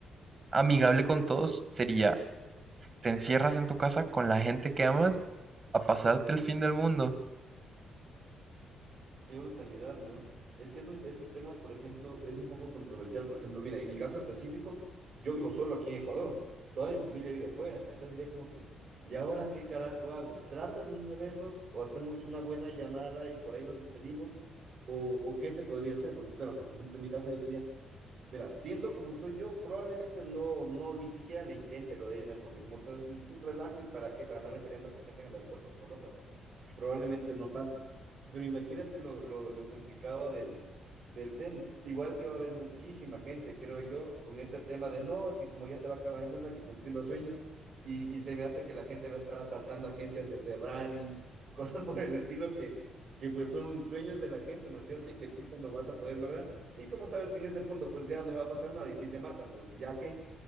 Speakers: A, on the right; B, on the right.
A: amigable con todos sería, te encierras en tu casa con la gente que amas a pasarte el fin del mundo.
B: Qué brutalidad, ¿no? Es que es un, es un tema, por ejemplo, es un poco controversial. Por ejemplo, mira, en mi caso específico, yo vivo solo aquí en Ecuador. Toda mi familia vive afuera. Entonces sería como que, ¿y ahora qué carajo hago? ¿Trato de irme a verlos o hacemos una buena llamada y por ahí nos despedimos? ¿O, o qué se podría hacer? Porque claro, por ejemplo, en mi caso yo tenía, mira, siendo como soy yo, probablemente no, no, ni siquiera le intente lo de irme, porque como sabes, un, un relajo y para qué, para andarme peleando con gente en el aeropuerto como loco, o sea, probablemente no pase. Pero imagínate lo, lo, lo complicado del, del tema. Igual que va a haber muchísima gente, creo yo, con este tema de no, es que como ya se va a acabar el mundo, hay que cumplir los sueños. Y, y se me hace que la gente va a estar asaltando agencias de Ferrari, <laughs> cosas por el estilo que, que pues son sueños de la gente, ¿no es cierto? Y que nunca lo vas a poder lograr. Y como sabes que en ese punto pues ya no va a pasar nada y si te matan, pues ya que